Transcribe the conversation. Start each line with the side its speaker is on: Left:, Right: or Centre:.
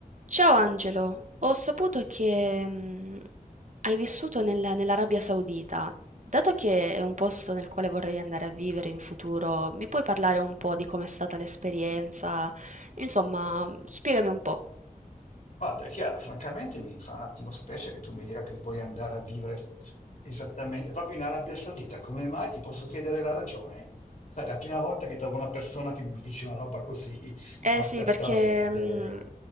Right: Ciao Angelo, ho saputo che mm, hai vissuto nella, nell'Arabia Saudita. Dato che è un posto nel quale vorrei andare a vivere in futuro, mi puoi parlare un po' di com'è stata l'esperienza? Insomma, spiegami un po'.
Left: Guarda, Chiara, francamente mi fa un attimo specie che tu mi dica che vuoi andare a vivere es- es- esattamente proprio in Arabia Saudita. Come mai? Ti posso chiedere la ragione? Sai, è la prima volta che trovo una persona che mi dice una roba così <laughs>
Right: Eh
Left: apertamente.
Right: sì, perché, mm,